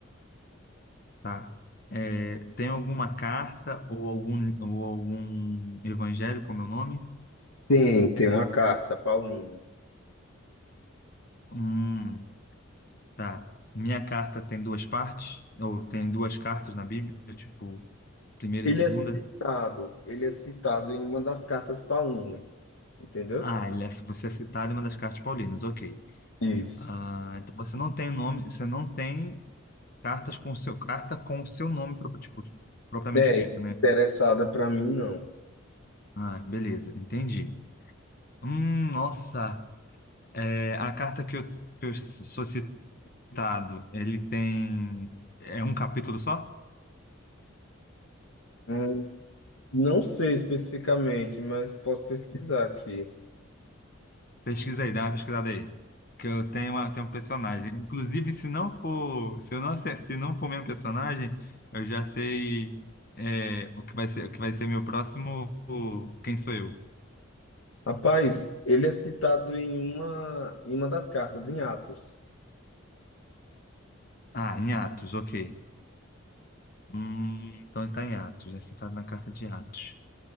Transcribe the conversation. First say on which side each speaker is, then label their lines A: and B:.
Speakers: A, on the left; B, on the left.
A: Tá. É, tem alguma carta ou algum, ou algum evangelho com meu nome?
B: Tem, tem uma carta, Paulina.
A: Hum. Tá. Minha carta tem duas partes, ou tem duas cartas na Bíblia, tipo, primeira
B: Ele
A: e segunda.
B: é citado. Ele é citado em uma das cartas paulinas. Entendeu?
A: Ah, ele é- você é citado em uma das cartas paulinas, ok.
B: Isso.
A: Ah, então você não tem nome, você não tem cartas com seu carta com o seu nome pro- tipo, propriamente
B: É,
A: dito, né?
B: interessada para mim, não.
A: Ah, beleza, entendi. Hum, nossa, é, a carta que eu, que eu sou citado, ele tem é um capítulo só?
B: Hum, Não sei especificamente, mas posso pesquisar aqui.
A: Pesquisa aí, dá uma pesquisada aí. Que eu tenho, uma, tenho um personagem. Inclusive, se não for, se eu não, ace- se não for meu personagem, eu já sei é, o que vai ser, o que vai ser meu próximo. o- Quem sou eu?
B: Rapaz, ele é citado em uma, em uma das cartas, em Atos.
A: Ah, em Atos, ok. Hum, então ele tá em Atos, é citado na carta de Atos.